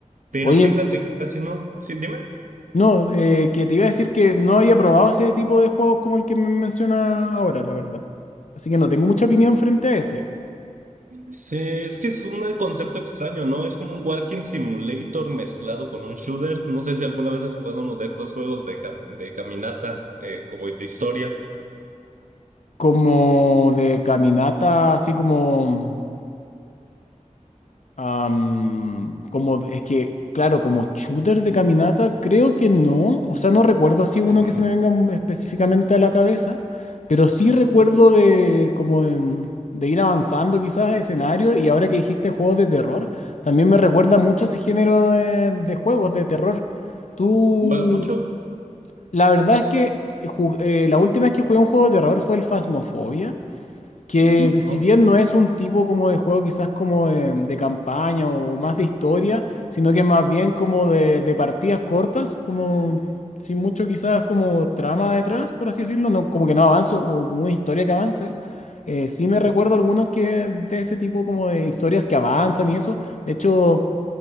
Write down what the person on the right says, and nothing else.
pero
fíjate que casi no, sí, dime.
Sí, es que es un concepto extraño, ¿no? Es como un walking simulator mezclado con un shooter. No sé si alguna vez has jugado uno de estos juegos de, cam- de caminata, eh, como de historia.
Ujú.
Pues mucho,
¿no?